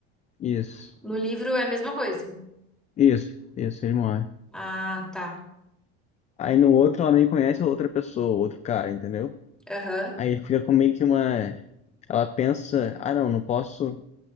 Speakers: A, on the left (about 20°); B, in the centre.
A: Isso,
B: No livro é a mesma coisa.
A: isso, isso, ele morre.
B: Ah, tá.
A: Aí no outro ela nem conhece outra pessoa, outro cara, entendeu?
B: Aham,
A: Aí fica com meio que uma. Ela pensa, ah não, não posso